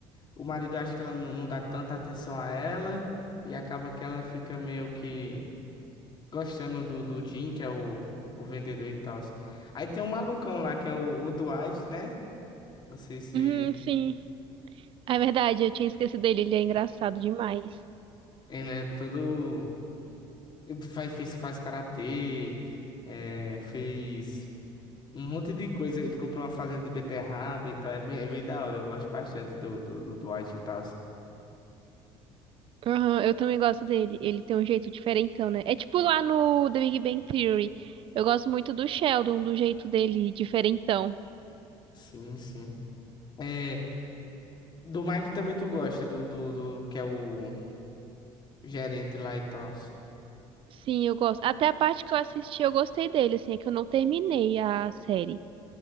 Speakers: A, on the left; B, on the right.
A: o marido acha que ela não, não dá tanta atenção a ela. E acaba que ela fica meio que gostando do, do Jim, que é o, o vendedor e tal. Aí tem um malucão lá, que é o, o Dwight, né? Não sei se
B: Uhum, sim. É verdade, eu tinha esquecido dele, ele é engraçado demais.
A: ele é todo. ele Faz, fez, faz karatê, é, fez um monte de coisa. Ele comprou uma fazenda de beterraba e tal. É bem, é bem da hora, eu gosto bastante do, do, do Dwight e tal.
B: Aham, eu também gosto dele. Ele tem um jeito diferentão, né? É tipo lá no The Big Bang Theory. Eu gosto muito do Sheldon, do jeito dele, diferentão.
A: Sim, sim. É, do Mike também tu gosta, do, do, do que é o gerente lá e tal.
B: Sim, eu gosto. Até a parte que eu assisti, eu gostei dele, assim, é que eu não terminei a série.